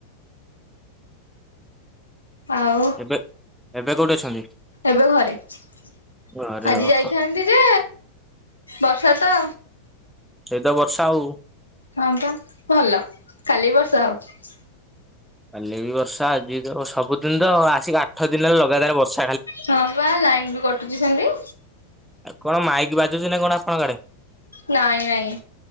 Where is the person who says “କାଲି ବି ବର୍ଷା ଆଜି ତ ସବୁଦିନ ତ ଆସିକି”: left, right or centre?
Centre